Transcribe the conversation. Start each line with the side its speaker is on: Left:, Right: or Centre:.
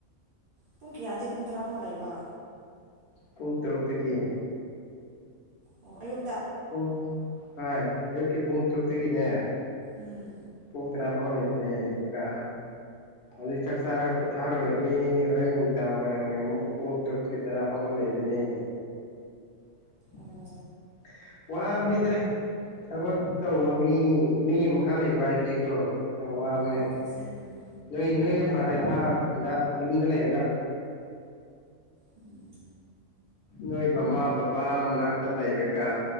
Right: ꯄꯨꯡ ꯀꯌꯥꯗꯒꯤ ꯄꯨꯡ ꯇꯔꯥ ꯐꯥꯎ ꯂꯩꯕ
Left: ꯄꯨꯛꯛꯇ ꯄꯨꯛꯇ ꯀ
Right: ꯑꯣ ꯑꯌꯨ
Left: ꯑ ꯍ ꯑꯌꯨꯛꯀꯤ ꯄꯨꯡ ꯇꯔꯨꯛꯇꯒꯤꯅꯦ
Right: ꯎꯝ
Left: ꯄꯨ ꯇꯔ ꯑꯐꯥꯎ ꯂꯩꯕꯅꯦ ꯑꯗꯨꯒ ꯑꯗꯨ ꯆꯥꯛ ꯆꯥꯔꯒ ꯄꯣꯊꯥꯔꯨꯔꯅꯤ ꯍꯣꯔꯦꯟ ꯅꯨꯡꯗꯥꯡ ꯋꯥꯏꯔꯝꯒꯤ ꯑꯃꯨꯛ ꯄꯨꯡ ꯇꯔꯨꯛꯀꯤ ꯇꯔꯥꯐꯥꯎꯃꯨꯛ ꯂꯩꯗꯣꯏꯅꯤ <unintelligible>
Right: ꯑꯣ
Left: ꯋꯥꯕꯅꯤꯗ ꯊꯕꯛ ꯇꯧꯕ ꯃꯤ ꯃꯤꯒꯤ ꯃꯈꯥ ꯂꯩꯕ ꯍꯥꯏꯕꯁꯤꯀꯣ ꯌꯥꯝ ꯋꯥꯕꯅꯦ
Right: ꯎꯝ ꯑꯁꯦꯡꯕꯅꯦ
Left: ꯅꯣꯏ ꯅꯣꯏꯅ ꯐꯔꯦ ꯑꯍꯥꯗ ꯌꯨꯝꯗ ꯂꯩꯔꯒ
Right: ꯎꯝ
Left: ꯅꯣꯏ ꯃꯃꯥ ꯕꯕꯥ ꯃꯅꯥꯛꯇ ꯂꯩꯔꯒ